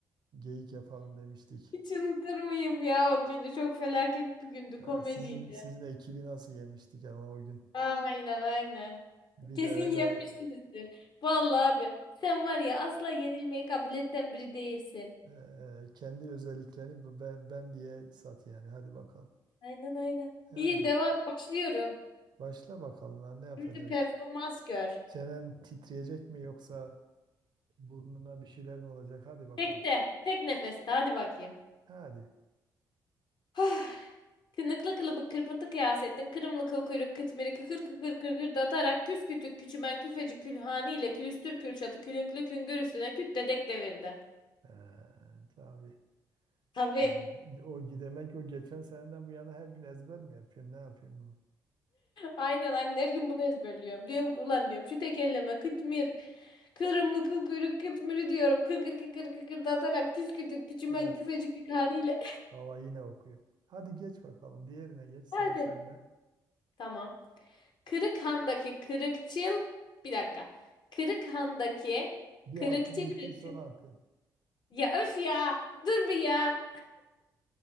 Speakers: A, on the right; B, on the left.
A: geyik yapalım demiştik.
B: Hiç unutur muyum ya o günü? Çok felaket bir gündü
A: Ee,
B: komediydi.
A: sizin sizin ekibi nasıl yenmiştik ama o gün.
B: Aynen aynen.
A: Bir
B: Kesin
A: de öyle
B: yenmişsinizdir. Vallahi abi sen var ya asla yenilmeye kabiliyetten biri değilsin.
A: e, kendi özelliklerini bu- ben, ben diye sat yani. Hadi bakalım.
B: Aynen aynen.
A: Hadi
B: İyi devam başlıyorum.
A: başla bakalım ha, ne yapacaksın?
B: Şimdi performans gör.
A: Çenen titreyecek mi yoksa burnuna bir şeyler mi olacak? Hadi bakalım.
B: Tek de, Tek nefeste hadi bakayım. <sighs>
A: Hadi.
B: Ah. Kınıklı kılıbık kırpıntı kıyasettin. Kırımlı kıl kuyruk kıtmiri kıkır kıkır kıkır datarak küs kütük küçümen küfeci külhani ile külüstür kürşatı külünklü küngür üstüne küt dedek devirdi.
A: Ee, tabii.
B: Tabii.
A: Tabii. O gidemek o geçen seneden bu yana her gün ezber mi yapıyorsun? Ne yapıyorsun bunu?
B: Aynen aynen her gün bunu ezberliyorum. Diyorum ki ulan diyorum şu tekerleme kıtmir. Kırımlı kıl kuyruk kıtmiri diyorum. Kıkır kıkır kıkırdatarak küskütük küçümen
A: Ee,
B: küfecik bir haliyle.
A: baba yine okuyor. Hadi geç bakalım. Diğerine geç sıra
B: <laughs> Hadi.
A: sende.
B: Tamam. Kırıkhan'daki kırıkçıl. Bir dakika. Kırıkhan'daki
A: Bir
B: kırıkçı
A: hakkın gitti
B: kırıkçıl.
A: son hakkın.
B: Ya öf ya. Dur bir ya.